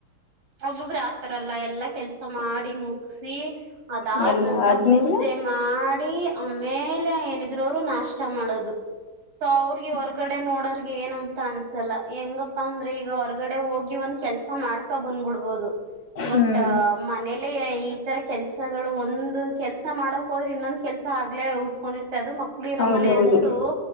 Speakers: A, on the right; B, on the left.
A: ಒಬ್ಬೊಬ್ಬ್ರ ಆತರಲ್ಲ ಎಲ್ಲಾ ಕೆಲ್ಸ ಮಾಡಿ ಮುಗಸಿ ಅದಾದ
B: ಎಲ್ಲ
A: ನಂತರ
B: ಆದ್ಮೇಲೆ
A: ಪೂಜೆ ಮಾಡಿ ಆಮೇಲೆ ಏನಿದ್ರು ಅವರು ನಾಶ ಕಷ್ಟ ಮಾಡೋದು ಸೊ ಅವ್ರಿಗೆ ಹೊರ್ಗಡೆ ನೋಡರ್ ಏನು ಅಂತ ಅನ್ಸಲ್ಲ ಹೆಂಗಪ್ಪ ಅಂದ್ರೆ ಈಗ ಈಗ ಹೊರ್ಗಡೆ ಹೋಗಿ ಒಂದ್ ಕೆಲ್ಸ ಮಾಡ್ಕೊ ಬಂದ್ಬಿಡ್ಬೋದು ಬಟ್
B: ಹ್ಮ್
A: ಮನೇಲೆ ಈತರ ಕೆಲ್ಸಗಳು ಒಂದ ಕೆಲ್ಸ ಮಾಡಕ್ ಹೋದ್ರೆ ಇನ್ನೊಂದ ಕೆಲ್ಸ ಉಟ್ಕೊಂಡಿರ್ತೆ ಅದು ಮಕ್ಕಳು
B: ಹೌದೌದು
A: ಮನ ಅಂತೂ